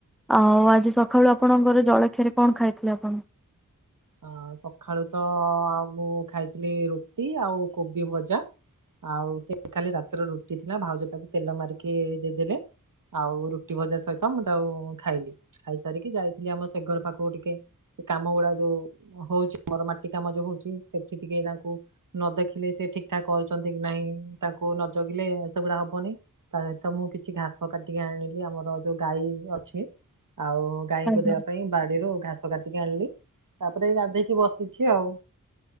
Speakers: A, in the centre; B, on the right.
A: ଆଉ ଆ ଜି ସଖାଳୁ ଆପଣଙ୍କର ଜଳଖିଆରେ କଣ ଖାଇଥିଲେ ଆପଣ?
B: ହଁ ସଖାଳୁ ତ ଆଉ ମୁଁ ଖାଇଥିଲି ରୁଟି ଆଉ କୋବି ଭଜା। ଆଉ ସେ କାଲି ରାତିର ରୁଟି ଥିଲା ଭାଉଜ ତାକୁ ତେଲ ମାରିକି ଦେଇଦେଲେ। ଆଉ ରୁଟି ଭଜା ସହିତ ମୁଁ ତାକୁ ଖାଇଲି। ଖାଇ ସାରିକି ଯାଇଥିଲି ଆମ ସେ ଘର ପାଖକୁ ଟିକେ ସେ କାମ ଗୁଡା ଯୋଉ ହଉଛି, ମୋର ମାଟି କାମ ଯୋଉ ହଉଛି। ସେଠି ଟିକେ ତାଙ୍କୁ ନ ଦେଖିଲେ ସେ ଠିକଠାକ କରୁଚନ୍ତି କି ନାହିଁ। ତାଙ୍କୁ ନ ଜଗିଲେ ସେଗୁଡା ହବନି। ତା ସହିତ ମୁଁ କିଛି ଘାସ କାଟିକି ଆଣିଲି, ଆମର ଯୋଉ ଗାଈ ଅଛି, ଆଉ ଗାଈଙ୍କୁ
A: ଆଜ୍ଞା।
B: ଦେବା ପାଇଁ ବାଡିରୁ ଘାସ କାଟିକି ଆଣିଲି। ତାପରେ ଏ ଗାଧେଇକି ବସିଛି ଆଉ।